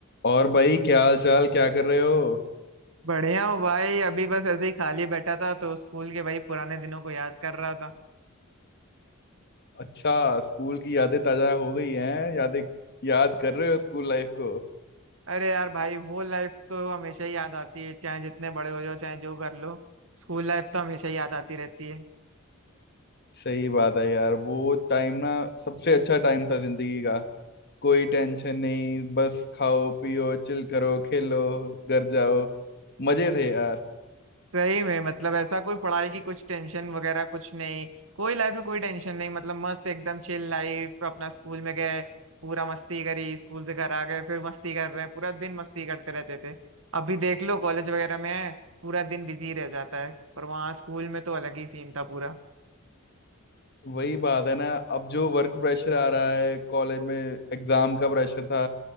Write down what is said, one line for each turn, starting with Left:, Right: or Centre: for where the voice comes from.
Left: और भाई क्या हाल चाल क्या कर रहे हो
Right: बढ़िया हूँ भाई अभी बस ऐसे ही खाली बैठा था तो स्कूल के भाई पुराने दिनों को याद कर रहा था
Left: अच्छा स्कूल की यादें ताजा हो गई हैं यादें याद कर रहे हो स्कूल लाइफ को
Right: अरे यार भाई वो लाइफ तो हमेशा ही याद आती है चाहे जितने बड़े हो जाओ चाहे जो कर लो स्कूल लाइफ तो हमेशा ही याद आती रहती है
Left: सही बात है यार वो टाइम ना सबसे अच्छा टाइम था जिंदगी का कोई टेंशन नहीं बस खाओ पियो चिल करो खेलो घर जाओ मजे थे यार
Right: सही में मतलब ऐसा कोई पढ़ाई की कुछ टेंशन वगैरह कुछ नहीं कोई लाइफ में कोई टेंशन नहीं मतलब मस्त एकदम चिल लाइफ अपना स्कूल में गए पूरा मस्ती करी स्कूल से घर आ गए फिर मस्ती कर रहे हैं पूरा दिन मस्ती करते रहते थे अभी देख लो कॉलेज वगैरह में पूरा दिन बिजी रह जाता है पर वहाँ स्कूल में तो अलग ही सीन था पूरा
Left: वही बात है ना अब जो वर्क प्रेशर आ रहा है कॉलेज में एग्जाम का प्रेशर था